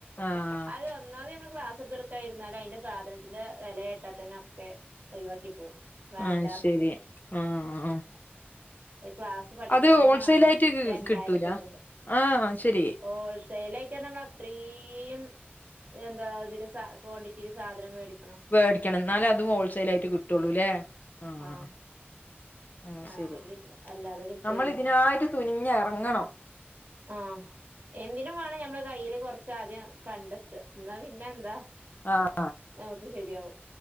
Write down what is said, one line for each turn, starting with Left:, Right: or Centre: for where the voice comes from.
Left: ആഹ്
Right: അത് ഒന്നാമത് നമ്മള് ക്ലാസ് എടുത്ത് ട്ട ക്കെ ഇരുന്നാലും അയിന്റെ സാധനത്തിന്റെ വെല കേട്ട തന്നെ ഒക്കെ ഒഴിവാക്കി പോവും. വേണ്ട
Left: ആഹ്
Right: പറഞ്ഞ്
Left: ശരി
Right: പോവും
Left: ആഹ് ആഹ്
Right: ക്ലാസ് പഠിക്ക
Left: അത്
Right: അയന്നെ
Left: ഹോൾസെയിൽ
Right: വേണം
Left: ആയിട്ട്
Right: രണ്ടായിരം
Left: കിട്ടൂല
Right: രൂപന്റെ
Left: ആഹ് ശരി
Right: ഓൾസ് സെയിൽ ആയിട്ട് നമ്മള് അത്രിം എന്താ ഇതില് ക്വാണ്ടിറ്റിയില് സാധനം മേടിക്ക
Left: വേടിക്കണം ന്നാലെ അതും ഹോൾസെൽ ആയിട്ട് കിട്ടുള്ളൂല്ലേ?
Right: ഉം
Left: ആഹാ
Right: ആഹ്
Left: ആഹാ
Right: അപ്പളേക്ക്
Left: ശെരി
Right: കിട്ടൂല അല്ലാതെ കിട്ടൂല്ല
Left: നമ്മള് ഇതിനായിട്ട് തുനിഞ്ഞ് യറങ്ങണം.
Right: ആഹ എന്തിനു വേണം ഞമ്മള കയ്യില് കൊറച്ചാദ്യം കണ്ടെത്ത എന്നാ പിന്നെ എന്താ
Left: ആഹ്
Right: ഹേ ഓക്കെ ശെരിയാവും.